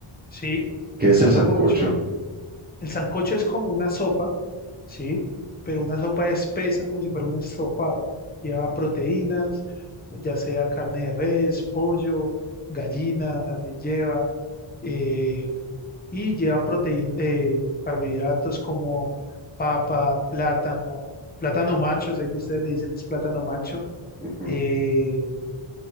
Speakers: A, on the left (about 20°); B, on the right (about 20°).
A: ¿sí?
B: ¿Qué
A: El
B: es
A: sancocho,
B: el sancocho?
A: el sancocho es como una sopa, ¿sí? Pero una sopa espesa como si fuera un estofado. Lleva proteínas, ya sea carne de res, pollo, gallina, también lleva. eh, y lleva proteína, eh, carbohidratos como papa, plátano, plátano macho, sé que ustedes le dicen es plátano macho,
B: Ujú.
A: eh,